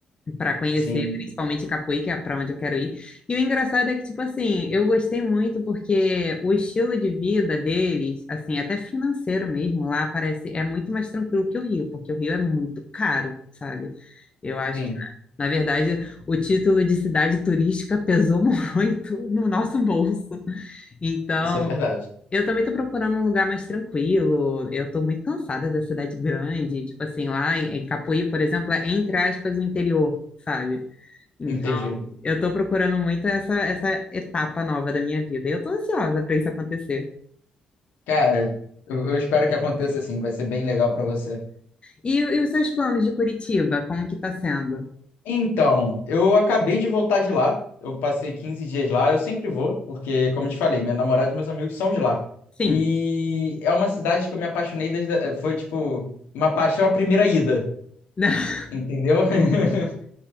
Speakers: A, on the left; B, on the left.
A: para conhecer
B: Sim,
A: principalmente Capoeira, que é para onde eu quero ir. E o engraçado é que, tipo assim, eu gostei muito porque o estilo de vida deles, assim, até financeiro mesmo, lá parece, é muito mais tranquilo que o Rio, porque o Rio é muito caro, sabe? Eu acho
B: sim,
A: que, na verdade, o título de cidade turística pesou <laughs> muito no nosso bolso. Então,
B: isso é verdade.
A: eu também tô procurando um lugar mais tranquilo. Eu tô muito cansada da cidade grande. Tipo assim, lá em em Capuí, por exemplo, é entre aspas o interior, sabe? Então,
B: Entendi.
A: eu tô procurando muito essa, essa etapa nova da minha vida. E eu tô ansiosa para isso acontecer.
B: Cara, eu, eu espero que aconteça assim, vai ser bem legal para você.
A: E, e os seus planos de Curitiba, como que tá sendo?
B: Então, eu acabei de voltar de lá, eu passei 15 dias lá, eu sempre vou, porque, como eu te falei, minha namorada e meus amigos são de lá.
A: Sim.
B: E é uma cidade que eu me apaixonei desde, eh, foi tipo, uma paixão à primeira ida.
A: <laughs>
B: Entendeu? <laughs>